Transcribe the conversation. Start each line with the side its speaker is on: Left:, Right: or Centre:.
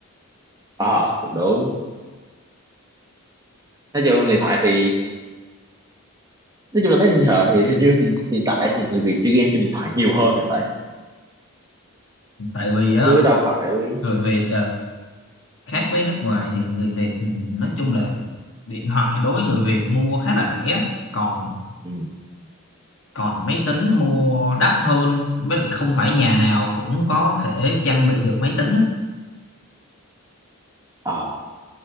Right: ờ đúng đúng nói chung điện thoại thì nói chung là thấy hiện giờ thì hình như hiện hiện tại thì người Việt chơi game trên điện thoại nhiều hơn thì phải
Left: tại vì á
Right: chứ đâu phải
Left: bởi vì khác với nước ngoài thì người Việt ừ, nói chung là điện thoại đối với người Việt mua khá là rẻ còn
Right: ừ
Left: còn máy tính mua đắt hơn với lại không phải nhà nào cũng có thể trang bị được máy tính á
Right: ờ